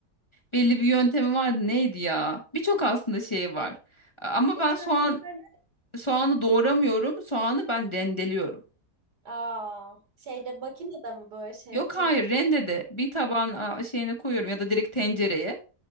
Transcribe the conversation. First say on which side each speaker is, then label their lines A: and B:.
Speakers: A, on the left; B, on the right.
A: belli bir yöntemi vardı neydi ya? Birçok aslında şey var. Ama
B: Geçen
A: ben soğan
B: günlerde
A: soğanı doğramıyorum. Soğanı ben rendeliyorum.
B: aa şeyde makinede mi böyle şey
A: Yok
B: çek.
A: hayır rendede bir taban a, şeyini koyuyorum ya da direkt tencereye